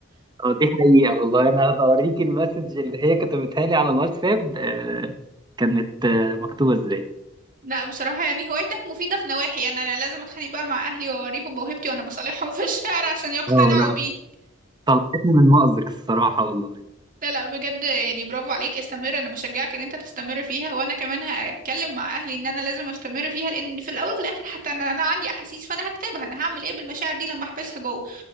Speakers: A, on the right; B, on the right.
A: اه دي حقيقة والله انا هبقى اوريك المسج اللي هي كتبتها لي على الواتساب آه، كانت آه، مكتوبة ازاي
B: لا بصراحة يعني هوايتك مفيدة في نواحي أنا أنا لازم أتخانق بقى مع أهلي وأوريهم موهبتي وأنا بصالحهم في الشارع عشان يقتنعوا
A: اه لا
B: بيه
A: طلعتني من مأزق الصراحة والله
B: لا لا بجد يعني برافو عليك استمر أنا بشجعك إن أنت تستمر فيها وأنا كمان هتكلم مع أهلي إن أنا لازم أستمر فيها لأن في الأول وفي الآخر حتى أنا أنا عندي أحاسيس فأنا هكتبها أنا هعمل إيه بالمشاعر دي لما أحبسها جوه